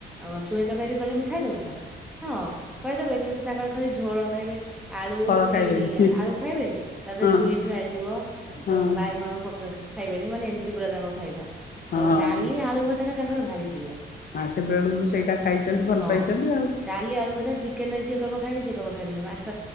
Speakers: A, in the centre; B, on the left (about 50°).
A: ଅ-ଛୁଇଁ ତରକାରୀ କରିମି ଖାଇଦୋବୁ ନା? ହଁ କହିଦେବେ କିନ୍ତୁ ତାଙ୍କର ଖାଲି ଝୋଳ ଖାଇବେ। ଆଳୁ
B: ଫଳ ଖାଇବେନି
A: କି ଆଳୁ ଖାଇବେ ତାଦେହରେ
B: ହଁ।
A: ଛୁଇଁ ଥୁଆ ହେଇଥିବ
B: ହଁ
A: ଯୋଉ ବାଇଗଣକୁ ପକେଇ ଖାଇବେନି ମାନେ ଏମତି ପୁରା ତାଙ୍କ ଖାଇବା
B: ହଁ
A: ଆଉ ଡାଲି ଆଳୁ ଭତାଟା ତାଙ୍କର ଭାରି ପ୍ରିୟ।
B: ଆ ସେ ବେଳୁରୁ ସେଇଟା ଖାଇଛନ୍ତି ଭଲ
A: ହଁ
B: ପାଇଛନ୍ତି ଆଉ।
A: ଡାଲି ଆଳୁ ଭତା ଚିକେନେ ସିଏ କହିବ ଖାଇମି ସିଏ କହିବ ଖାଇବମି ନେଇ ମା ଛ